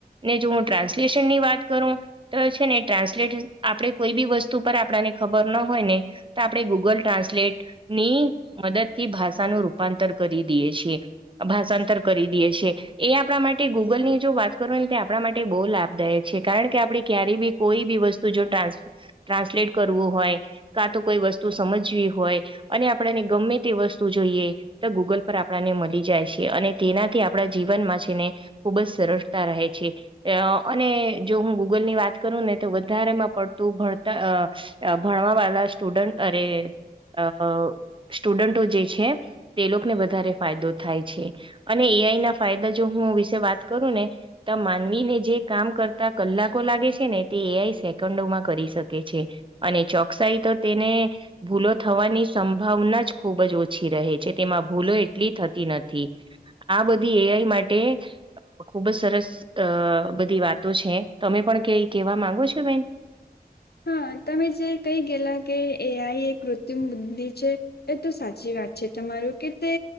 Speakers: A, on the right; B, on the left.
A: ને જો હું ટ્રાન્સલેશનની વાત કરું તો છે ને ટ્રાન્સલેટ આપણે કોઈ બી વસ્તુ પર આપણાને ખબર ના હોય ને તો આપણે ગૂગલ ટ્રાન્સલેટ ની મદદ થી ભાષાનું રૂપાંતર કરી દઈએ છીએ ભાષાંતર કરી દેએ છે, એ આપણા માટે ગૂગલ ની જો વાત કરું ને તે આપણા માટે બહુ લાભદાયક છે, કારણ કે આપણે ક્યારે બી કોઈ બી વસ્તુ જો ટ્રન્ ટ્રાન્સલેટ કરવું હોય કા તો કોઈ વસ્તુ સમજવી હોય અને આપણેને ગમે તે વસ્તુ જોઈએ તો ગૂગલ પર આપણાને મળી જાય છે, અને તેનાથી આપણા જીવનમાં છે ને ખુબ જ સરળતા રહે છે, અને જો હું ગૂગલ ની વાત કરું ને તો વધારેમાં પડતું ભણતર ભણવા વાળા સ્ટુડન્ટ અરે અ સ્ટુડન્ટો જે છે તે લોકોને વધારે ફાયદો થાય છે, અને એઆઈ ના ફાયદા જો હું વિશે વાત કરું ને ત માનવીને જે કામ કરતા કલાકો લાગે છે ને તે એઆય સેકન્ડોમાં કરી શકે છે અને ચોકસાઈ તો તેને ભૂલો થવાની સંભાવના જ ખૂબ જ ઓછી રહે છે તેમાં ભૂલો એટલી થતી નથી આ બધી એઆઈ માટે ખુબ જ સરસ અ બધી વાતો છે તમે પણ કઈ કેવા માંગો છો બેન?
B: હા તમે જે કહી ગયેલા કે એ આઈ એક મૃત્યુ બુદ્ધિ છે એ તો સાચી વાત છે, તમારું કે તે